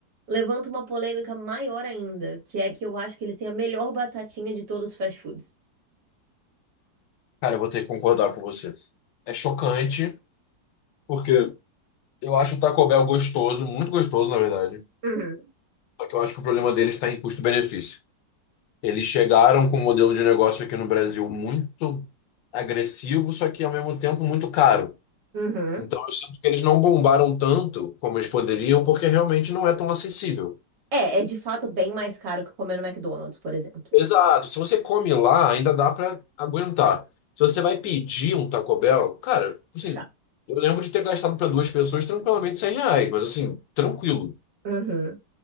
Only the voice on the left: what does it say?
Cara, eu vou ter que concordar com você. É chocante, porque eu acho o Taco Bell gostoso, muito gostoso, na verdade.
Só que eu acho que o problema deles está em custo-benefício. Eles chegaram com um modelo de negócio aqui no Brasil muito agressivo, só que ao mesmo tempo muito caro.
Então eu sinto que eles não bombaram tanto como eles poderiam, porque realmente não é tão acessível.
Exato. Se você come lá, ainda dá pra aguentar. Se você vai pedir um Taco Bell, cara, assim,
eu lembro de ter gastado pra duas pessoas tranquilamente 100 reais, mas assim, tranquilo.